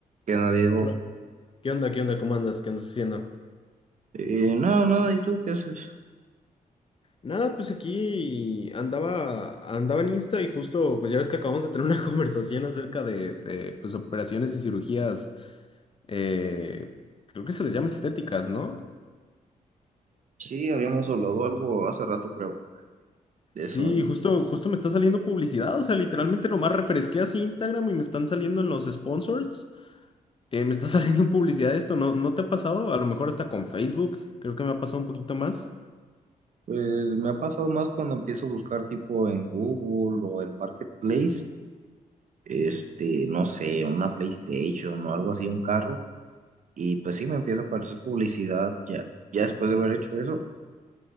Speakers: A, on the right (about 55°); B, on the left (about 35°).
A: que nadie llegó.
B: Hola. ¿Qué onda? ¿Qué onda? ¿Cómo andas? ¿Qué andas haciendo?
A: Eh, nada, nada, ¿y tú qué haces?
B: Nada, pues aquí andaba, andaba en Insta y justo, pues ya ves que acabamos de tener una <laughs> conversación acerca de, de, pues, operaciones y cirugías, eh, creo que se les llama estéticas, ¿no?
A: Sí, habíamos hablado algo hace rato, creo, de
B: Sí,
A: eso. Y
B: justo, justo me está saliendo publicidad, o sea, literalmente nomás refresqué así Instagram y me están saliendo en los sponsors, eh, me está <laughs> saliendo publicidad de esto, ¿no? ¿No te ha pasado? A lo mejor hasta con Facebook, creo que me ha pasado un poquito más.
A: pues me ha pasado más cuando empiezo a buscar tipo en Google o en Marketplace, este, no sé, una PlayStation o algo así, un carro. Y pues sí, me empieza a aparecer publicidad ya. Ya después de haber hecho eso,